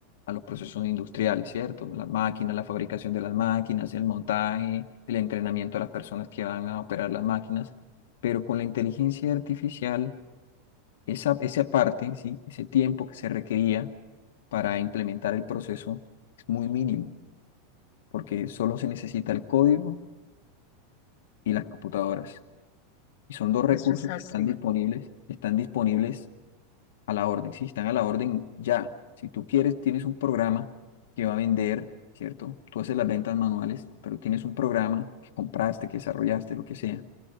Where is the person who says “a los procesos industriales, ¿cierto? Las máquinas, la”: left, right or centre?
Left